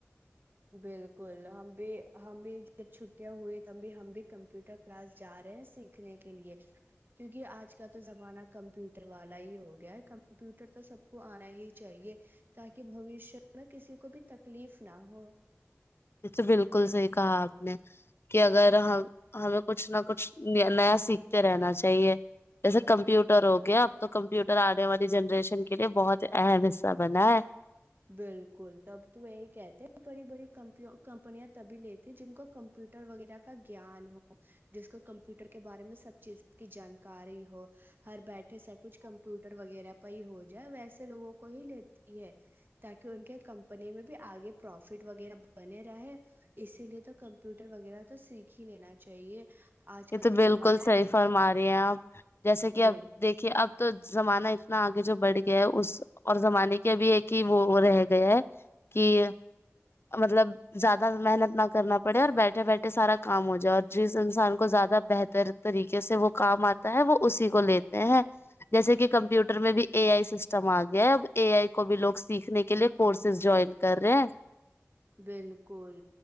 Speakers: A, on the right; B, on the left.
A: بالکل ہم بھی ہم بھی جب چھٹیاں ہوئی تو بھی ہم بھی کمپیوٹر کلاس جا رہے ہیں سیکھنے کے لیے کیونکہ آج کا تو زمانہ کمپیوٹر والا ہی ہو گیا ہے کمپیوٹر تو سب کو آنا ہی چاہیے تاکہ بوشیہ میں کسی کو بھی تکلیف نہ ہو
B: یہ تو بالکل صحیح کہا آپ نے کہ اگر ہم ہمیں کچھ نہ کچھ نیا سیکھتے رہنا چاہیے جیسے کمپیوٹر ہو گیا اب تو کمپیوٹر آنے والی جنریشن کے لیے بہت ہی اہم حصہ بنا ہے
A: بالکل تب تو یہی کہتے ہیں بڑی بڑی کمی کمپنیاں تبھی لیتی جن کو کمپیوٹر وغیرہ کا گان ہو جس کو کمپیوٹر کے بارے میں سب چیز کی جانکاری ہو ہر بیٹھے سا کچ کمپیوٹر وغیرہ پی ہو جائے ویسے لوگوں کو ہی لیتی ہے تاکہ ان کے کمپنی میں بھی آگے پروفٹ وغیرہ بنے رہاے اسی لیے تو کمپیوٹر وغیرہ تو سیکھ ہی لینا چاہیے آج
B: یہ
A: کا
B: تو بالکل
A: زمانہ
B: صحیح
A: ہے
B: فرما رہی ہیں آپ جیسا کہ
A: بل
B: اب دیکھیے اب تو زمانہ اتنا آگے جو بڑھ گیا ہے اس اور زمانے کے ابھی ایک ہی وہ رہ گیا ہے کہ مطلب زیادہ محنت نہ کرنا پڑے اور بیٹھے بیٹھے سارا کام ہو جائے اور جس انسان کو زیادہ بہتر طریقے سے وہ کام آتا ہے وہ اسی کو لیتے ہیں جیسے کہ کمپیوٹر میں بھی اے آئی سسٹم آ گیا ہے اب اے آئی کو بھی لوگ سیکھنے کے لیے کورسز جوائن کر رہے ہیں
A: بالکل